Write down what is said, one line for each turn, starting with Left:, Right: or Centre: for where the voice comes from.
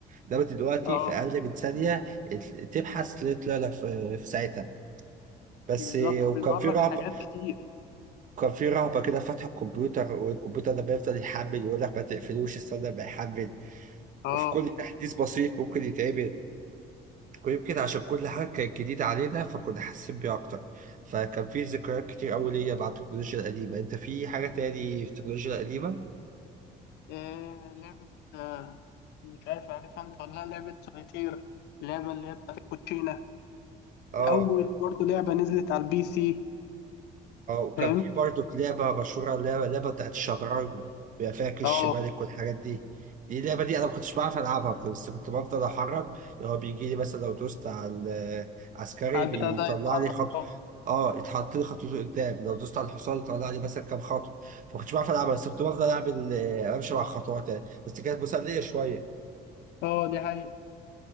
Right: انما دلوقتي
Left: اه
Right: في اقل من ثانية ات- تبحث تلاقي طلع لك في... في ساعتها بس
Left: بالظبط
Right: وكان
Left: وبيظهر
Right: في
Left: لك
Right: رهبة
Left: حاجات كتير
Right: كان في رهبة كده فتح الكمبيوتر والكمبيوتر لما يفضل يحمل يقول لك ما تقفلوش استنى ما يحمل
Left: اه
Right: وفي كل تحديث بسيط ممكن يتعمل ويمكن عشان كل حاجة كانت جديدة علينا فكنا حاسين بيها أكتر فكان في ذكريات كتير أوي ليا مع التكنولوجيا القديمة أنت في حاجة تاني في التكنولوجيا القديمة؟
Left: آه، لعبة آه مش عارف عارفها انت ولا لا، لعبة سوليتير اللعبة اللي هي بتاعت الكوتشينة
Right: آه
Left: أول برضه لعبة نزلت على البي سي
Right: اه وكان
Left: فاهم
Right: في برضه لعبة مشهورة لعبة لعبة بتاعت الشطرنج بيبقى فيها كش
Left: اه
Right: ملك والحاجات دي دي اللعبة دي أنا ما كنتش بعرف ألعبها كنت- بس كنت بفضل أحرك اللي هو بيجي لي مثلا لو دوست على العسكري
Left: على
Right: بيطلع
Left: البتاع ده يتحرك
Right: لي خط
Left: اه
Right: اه يتحط لي خطوته قدام لو دوست على الحصان يطلع لي مثلا كام خطوة فما كنتش بعرف ألعبها بس كنت بفضل أعمل آه، أمشي مع خطوات يعني بس كانت مسلية شوية
Left: اه دي حقيقة